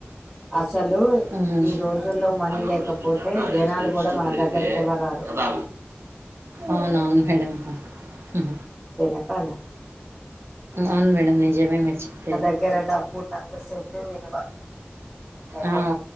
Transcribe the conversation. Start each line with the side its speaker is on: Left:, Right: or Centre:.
Centre: అసలు
Right: ఉమ్,
Centre: ఈ రోజుల్లో మనీ
Right: అన్న
Centre: లేకపోతే
Right: ఊరికి జాతా రేపు
Centre: జనాలు
Right: డిస్టర్బ్
Centre: కూడా మన
Right: చేయదే
Centre: దగ్ దరికి ఎవరు రారు
Right: కదా అవునవును మేడం హ
Centre: తేన కాదా
Right: అవును మేడం నిజమే మీరు చెప్పేది
Centre: దగ్గర డబ్బు ఉన్నంత సే <unintelligible> ప లేకపో
Right: ఆ,